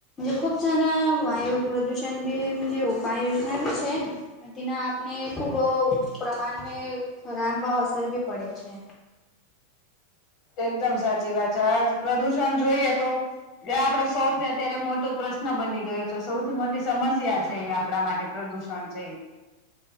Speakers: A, on the left; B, on the left.
A: ખુબ સારા વાયુ પ્રદૂષણ બી ઉપાય યોજના બી છે. તેના આપને ખૂબ પ્રમાણમે ખરાબ અસર બી પડે છે.
B: એકદમ સાચી વાત છે આજ પ્રદુષણ જોઈએ તો. એ આપડો સૌથી અત્યારે મોટો પ્રશ્ન બની ગયો છે સૌથી મોટી સમસ્યા છે એ. આપડા માટે પ્રદૂષણ છે